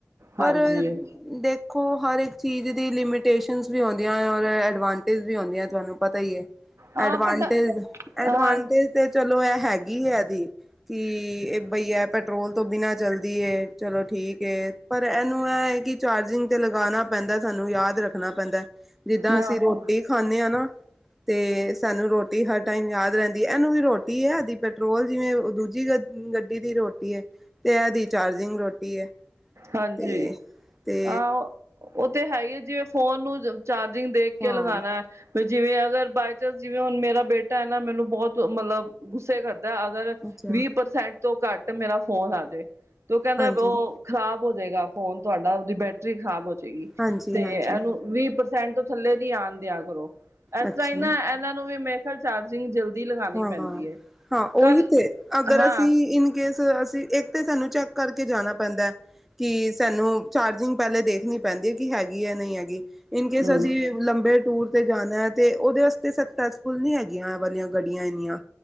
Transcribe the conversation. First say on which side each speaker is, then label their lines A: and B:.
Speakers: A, in the centre; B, on the right.
A: ਪਰ
B: ਹਾਂਜੀ
A: ਦੇਖੋ ਹਰ ਇੱਕ ਚੀਜ਼ ਦੀ ਲਿਮਿਟ ਸਟੇਸ਼ਨ 'ਚ ਵੀ ਆਉਂਦੀਆਂ ਏ ਐਡਵਾਟੇਜ ਵੀ ਹੁੰਦੀ ਤੁਹਾਨੂੰ ਪਤਾ ਹੀ ਹੈ
B: ਹਾਂ
A: ਐਡਵਾਂਟੇਜ
B: ਬਟ
A: ਐਡਵਾਂਟੇਜ
B: ਹਾਂ
A: ਤੇ ਚਲੋ ਇਹ ਹੈਗੀ ਇਹਦੀ ਕਿ ਇਹ ਬਈ ਹੈ ਪੈਟਰੋਲ ਤੋਂ ਬਿਨਾਂ ਚੱਲਦੀ ਚਲੋ ਠੀਕ ਹੈ ਪਰ ਇਹਨੂੰ ਇਹ ਹੈ ਕਿ ਚਾਰਜਿੰਗ 'ਤੇ ਲਗਾਉਣਾ ਪੈਂਦਾ ਸਾਨੂੰ ਯਾਦ ਰੱਖਣਾ ਪੈਂਦਾ ਜਿੱਦਾਂ
B: ਹਾਂ
A: ਅਸੀਂ ਰੋਟੀ
B: ਹਾਂ
A: ਖਾਂਣੇ ਹਾਂ ਨਾ ਤੇ ਸਾਨੂੰ ਰੋਟੀ ਰੋਟੀ ਹਰ ਟਾਈਮ ਯਾਦ ਰਹਿੰਦੀ ਹੈ ਇਹਨੂੰ ਵੀ ਰੋਟੀ ਹੈ ਇਹਦੀ ਪੈਟਰੋਲ ਜਿਵੇਂ ਦੂਜੀ ਗ ਗੱਡੀ ਦੀ ਰੋਟੀ ਹੈ ਤੇ ਇਹਦੀ ਚਾਰਜਿੰਗ ਰੋਟੀ ਹੈ
B: ਹਾਂਜੀ
A: ਤੇ ਤੇ
B: ਹਾਂ ਤੇ ਹੈ ਹੀਏ ਜਿਵੇਂ ਫੋਨ ਨੂੰ ਚਾਰਜਿੰਗ ਦੇਖ ਕੇ
A: ਹਾਂ
B: ਲਗਾਨਣਾ ਹੈ ਜਿਵੇਂ ਅਗਰ ਬਾਏ ਚਾਂਸ ਜਿਵੇਂ ਹੁਣ ਮੇਰਾ ਬੇਟਾ ਹੈ ਨਾ ਮੈਨੂੰ ਬਹੁਤ ਮਤਲਬ ਗੁੱਸੇ ਕਰਦਾ ਅਗਰ
A: ਅੱਛਾ
B: ਵੀਹ ਪ੍ਰਸੈਂਟ ਤੋਂ ਘੱਟ ਮੇਰਾ ਫੋਨ ਆਜੇ ਤੂੰ ਕਹਿੰਦਾ
A: ਹਾਂਜੀ
B: ਬ ਖਰਾਬ ਹੋ ਜਾਏਗਾ ਫੋਨ ਤੁਹਾਡਾ ਉਹਦੀ ਬੈਟਰੀ ਖਰਾਬ ਹੋ ਜਾ ਚ
A: ਹਾਂਜੀ
B: ਤੇ
A: ਹਾਂਜੀ
B: ਇਹਨੂੰ ਵੀਹ ਸੈਣ ਤੋਂ ਥੱਲੇ ਨੀ ਆਉਣ ਦਿਆ ਕਰੋ ਇਸ
A: ਅੱਛਾ
B: ਤਰ ਹੀ ਨਾ ਇਹਨਾਂ ਨੂੰ ਵੀ ਮੇ ਚਾਰਜਿੰਗ ਜਲਦੀ ਲਗਾਉਣੀ
A: ਹਾਂ
B: ਪੈਂਦੀ ਹੈ
A: ਹਾਂ
B: ਕੱਲ
A: ਉਹੀ ਤੇ ਅਗਰ
B: ਹਾਂ
A: ਅਸੀਂ ਇਨ ਕੇਸ ਅਸੀਂ ਇੱਕ ਤੇ ਸਾਨੂੰ ਚੈੱਕ ਕਰਕੇ ਜਾਣਾ ਪੈਂਦਾ ਕਿ ਸਾਨੂੰ ਚਾਰਜਿੰਗ ਪਹਿਲੇ ਦੇਖਣੀ ਪੈਂਦੀ ਹੈ ਕਿ ਹੈਗੀ ਹੈ ਨਹੀਂ ਹੈਗੀ ਇਨਕੇਸ
B: ਹਮ
A: ਅਸੀਂ ਲੰਬੇ ਟੂਰ ਜਾਣਾ ਹੈ ਤੇ ਉਹਦੇ ਵਾਸਤੇ ਸਕਸੈਸਫੁਲ ਨੀ ਹੈਗੀਆਂ ਵਾਲੀਆਂ ਗੱਡੀਆਂ ਇਨੀਆਂ